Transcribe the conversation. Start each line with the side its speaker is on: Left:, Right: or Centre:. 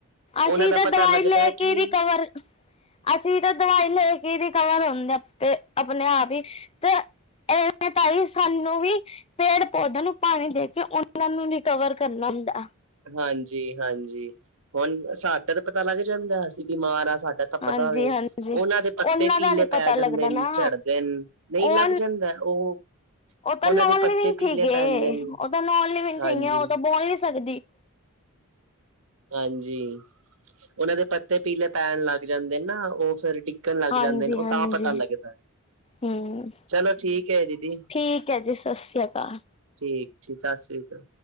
Right: ਉਹਨਾਂ
Left: ਅਸੀਂ
Right: ਦਾ
Left: ਤਾਂ
Right: ਪਤਾ
Left: ਦਵਾਈ
Right: ਲੱਗਦਾ
Left: ਲੈ
Right: ਹੈ ਕਿ
Left: ਕੇ ਰਿਕਵਰ ਅਸੀਂ ਤਾਂ ਦਵਾਈ ਲੈ ਕੇ ਰਿਕਵਰ ਹੁੰ। ਆਪਣੇ ਆਪ ਹੀ ਤਾਂ ਇਹ। ਤ ਹੀ ਸਾਨੂੰ ਵੀ ਪੇੜ ਪੌਦਿਆਂ ਨੂੰ ਪਾਣੀ ਦੇ ਕੇ ਉਹਨਾਂ ਨੂੰ ਰਿਕਵਰ ਕਰਨਾ ਹੁੰਦਾ।
Right: ਹਾਂਜੀ-ਹਾਂਜੀ ਹੁਣ ਸਾਡਾ ਤਾਂ ਪਤਾ ਲੱਗ ਜਾਂਦਾ ਸੀ, ਅਸੀ ਬਿਮਾਰ ਆ ਸਾਡਾ ਤਪਦਾ
Left: ਹਾਂਜੀ
Right: ਹੋਵੇ,
Left: ਹਾਂਜੀ
Right: ਉਹਨਾਂ ਦੇ ਪੱਤੇ
Left: ਉਹਨਾਂ
Right: ਪੀਲੇ
Left: ਦਾ ਨੀ
Right: ਪੈ
Left: ਪਤਾ
Right: ਜਾਂਦੇ
Left: ਲੱਗਦਾ
Right: ਨੇ
Left: ਨਾ
Right: ਝੜਦੇ ਨੇ ਨਹੀਂ
Left: ਉਹ
Right: ਲੱਗ ਜਾਂਦੇ। ਉਹ
Left: ਉਹ
Right: ਉਹਨਾਂ
Left: ਤਾਂ ਨੋਨ
Right: ਦੇ ਪੱਤੇ
Left: ਲਿਵਿੰਗ
Right: ਪੀਲੇ
Left: ਸੀਗੇ,
Right: ਪੈਂਦੇ ਨੇ
Left: ਉਹ ਤਾਂ ਨੋਨ ਲਿਵਿੰਗ
Right: ਹਾਂਜੀ
Left: ਸੀਗੀਆਂ ਉਹ ਤਾਂ ਬੋਲ ਨੀ ਸਕਦੀ
Right: ਹਾਂਜੀ, ਉਹਨਾਂ ਦੇ ਪੱਤੇ ਪੀਲੇ ਪੈਣ ਲੱਗ ਜਾਂਦੇ ਨਾ ਉਹ ਫੇਰ ਟੁਟਣ ਲੱਗ
Left: ਹਾਂਜੀ
Right: ਜਾਂਦੇ ਨੇ ਉਹ
Left: ਹਾਂਜੀ
Right: ਤਾਂ ਪਤਾ ਲੱਗਦਾ।
Left: ਹਮ
Right: ਚਲੋ ਠੀਕ ਹੈ ਦੀਦੀ
Left: ਠੀਕ ਹੈ ਜੀ ਸਤਿ ਸ੍ਰੀ ਅਕਾਲ
Right: ਠੀਕ ਜੀ ਸਤਿ ਸ੍ਰੀ ਕਾਲ